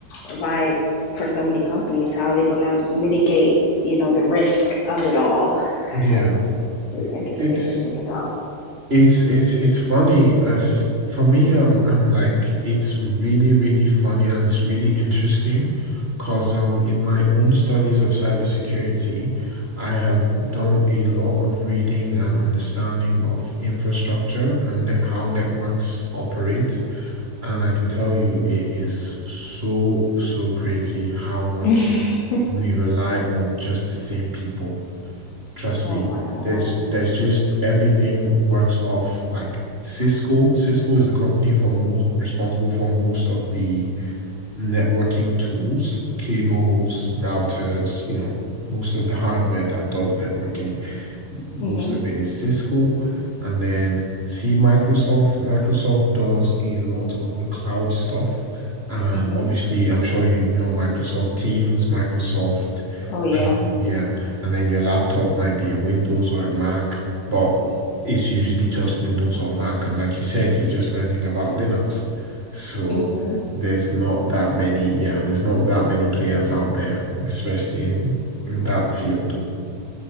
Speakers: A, on the left; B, on the right.
A: provide for so many companies. How are they going to mitigate, you know, the risk of it all?
B: yeah,
A: That's pretty interesting
B: it's
A: to think about.
B: It's it's it's funny as for me, I'm I'm like it's really really funny and it's really interesting, cause um in my own studies of cybersecurity, I have done a lot of reading and understanding of infrastructure and net, how networks operate, and I can tell you it is so so crazy how much
A: hmm <laughs>
B: we rely on just the same people. Trust
A: Oh
B: me,
A: my God.
B: there's there's just everything works off like Cisco. Cisco is the company for most responsible for most of the networking tools, cables, routers, you know, most of the hardware that does networking
A: hmm
B: most of it is Cisco. And then see Microsoft. Microsoft does a lot of the cloud stuff. And
A: hmm
B: obviously, I'm sure you know Microsoft Teams, Microsoft,
A: Oh yeah.
B: um, yeah. And then your laptop might be a Windows or a Mac, but it's usually just Windows or Mac. And like you said, you're just learning about Linux. So
A: Mm-hmm.
B: there's not that many, yeah, there's not that many players out there, especially in, in that field.